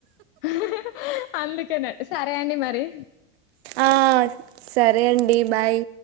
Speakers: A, on the left; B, on the right.
A: హహ హా అందుకనే సరే అండి మరి
B: ఆ సరే అండి బాయ్